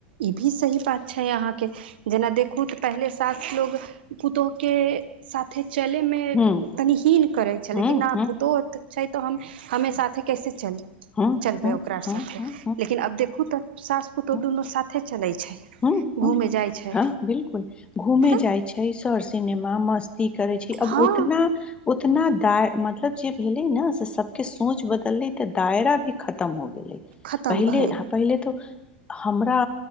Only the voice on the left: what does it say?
हूँ
हूँ
हूँ
हूँ
हूँ हूँ
हूँ
हूँ
हूँ
हूँ हूँ
हँ बिलकुल घूमे
जाइ छै सर सिनेमा मस्त भी करै छी अब
उतना उतना दाय मतलब जे भेले ने से सब के सोच बदलले तऽ दायरा भी खतम हो गेले
पहिले
ह पहिले त हमरा